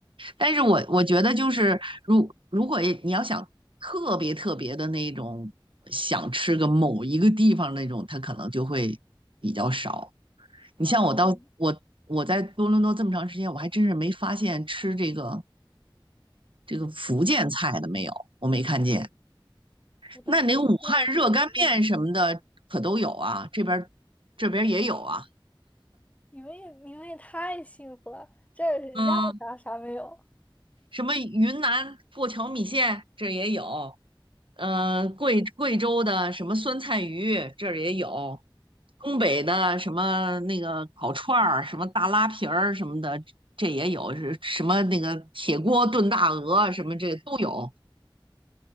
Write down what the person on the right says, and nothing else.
但是我我觉得就是，
如如果你要想特别特别的那种想吃个某一个地方那种，它可能就会比较少。你像我到我我在多伦多这么长时间，
我还真是没发现吃这个这个福建菜的没有，我没看见。
那你那个武汉热干面什么的可都有啊，
这边儿这边儿也有啊，
嗯，什么云南过桥米线这也有，呃，贵贵州的什么酸菜鱼这儿也有，东北的什么那个烤串儿、什么大拉皮儿什么的，这也有，是什么那个铁锅炖大鹅什么这都有，